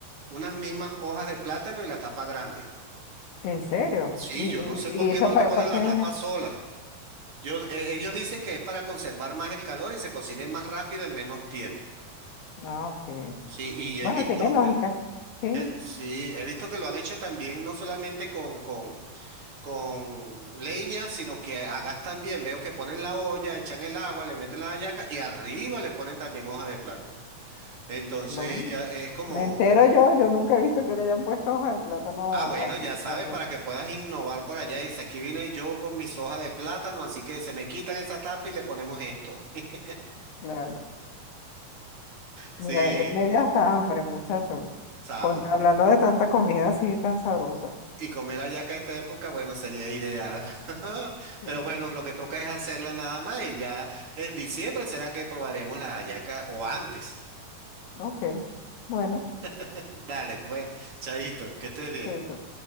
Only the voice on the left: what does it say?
¿En serio?
¿Y,
y,
y
esa
para
qué?
Ah, ok.
Bueno,
tiene lógica.
Sí,
bueno.
Me entero yo, yo nunca he visto que le hayan puesto hoja de plátano
a,
a-
a algo.
Claro.
Mira, eh, me dio hasta hambre, muchacho.
Con- hablando de tanta comida así tan sabrosa.
Sí.
Ok. Bueno,
chaito.